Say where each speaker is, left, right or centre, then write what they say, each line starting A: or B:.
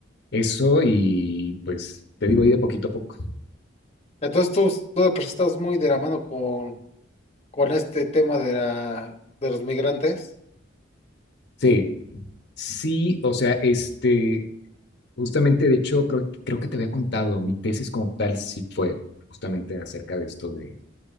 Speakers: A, on the left (about 60°); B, on the left (about 30°).
A: eso y pues te digo ahí de poquito a poco.
B: Entonces tú, tú de por sí estás muy de la mano con, con este tema de la, de los migrantes.
A: Sí, sí, o sea, este, Justamente, de hecho, creo, creo que te había contado, mi tesis como tal sí fue justamente acerca de esto de,